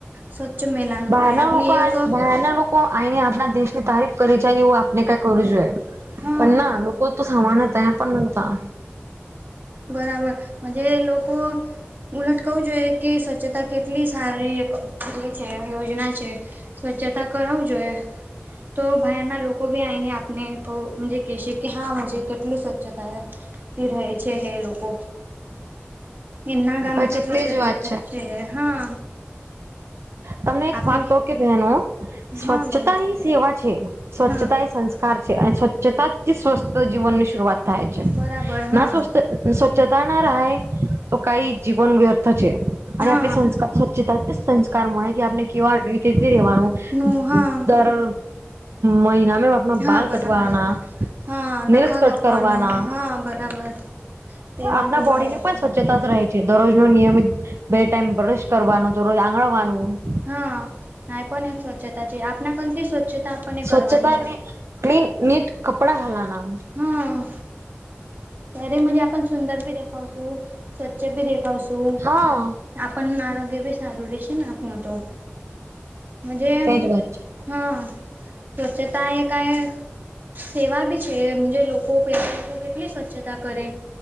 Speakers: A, on the right; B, on the right.
A: સ્વચ્છ મેલાનું
B: બહારના
A: આ આપની
B: લોકો આઇ
A: એક
B: બહારના લોકો આઇને આપના દેશની તારીફ કરી જાય એવું આપને કાઈ કરવું જોઈએ.
A: હા
B: પણ ના લોકો તો સાંભળના ત્યા પણ નહતા.
A: બરાબર. મજે લોકો ઉલટ કવું જોઈએ કે સ્વચ્છતા કેટલી સારી. એ છે યોજના છે. સ્વચ્છતા કરાવું જોઈએ. તો બહારના લોકો ભી આઈને આપને કો મુજ કહેશે કે હા મુજે કેટલું સ્વચ્છતા છે. તી રહે છે એલોકો એમના ગામે
B: પછી
A: કેટલી
B: તેજ
A: સ્વચ્છતા
B: વાત
A: છે હા.
B: તમને એક
A: આપણે
B: વાત કહ કે બહેનો સ્વચ્છતા
A: હા બોલો
B: એ સેવા છે સ્વચ્છતા
A: હા
B: એ સન્સ કાર છે અને સ્વચ્છતાથી સ્વસ્થ જીવન ની શરૂઆત થાય છે.
A: બરાબર
B: ના
A: હા
B: સ્વસ્થ સ્વચ્છતા ના રહાય તો કાઈ જીવન વ્યર્થ છે. અને
A: હા
B: આપ સંસ્કાર વચ ચતાથી સંસ્કાર મળે કે આપને કેવા રીતેથી રેવાનું.
A: નું હા
B: દર મહિના મે
A: હા
B: બાલ
A: બરાબર
B: કટવાના,
A: હા નખા
B: નેઇલસ કટ
A: કાપવાના
B: કરવાના.
A: હા બરાબર તે વાત
B: આપણા
A: બી
B: બોડી
A: બરાબર
B: ને પણ
A: છે
B: સ્વચ્છતા જ રહે. દરરોજ નો નિયમિત બે ટાઈમ બ્રશ કરવાનું, દરરોજ આંગળવાનું.
A: હા. આ પણ એક સ્વચ્છતા છે. આપના કથી સ્વચ્છતા આપણને
B: સ્વચ્છતાને
A: કરવાની.
B: ક્લીન નીટ કપડા હલાના.
A: હા. ત્યારે મજે આપ સુંદર બી દેખાવશું. સ્વચ્છ બી દેખાવશું,
B: હા
A: આપણ આરોગ્ય બી સારું રહેેશે નાખ તો. મજે?
B: તેજ વાત છે
A: હા સ્વચ્છતા એ કાઈ સેવા બી છે, જે લોકો પેલા લોકો કેટલી સ્વચ્છ તા કરે,